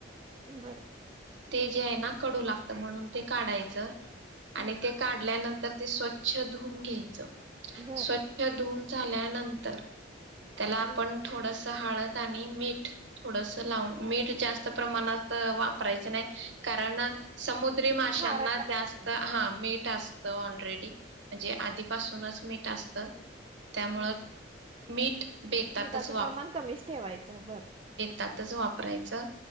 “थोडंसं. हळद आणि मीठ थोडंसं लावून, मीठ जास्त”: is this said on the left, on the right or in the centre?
Right